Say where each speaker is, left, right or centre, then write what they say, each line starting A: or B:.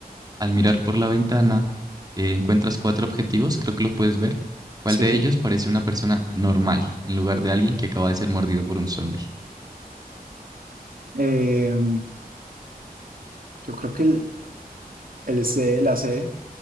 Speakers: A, on the right (about 25°); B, on the right (about 65°).
A: Al mirar por la ventana, eh, encuentras cuatro objetivos, creo que los puedes ver. ¿Cuál
B: Sí.
A: de ellos parece una persona normal en lugar de alguien que acaba de ser mordido por un zombie?
B: Em, yo creo que el, el C, la C,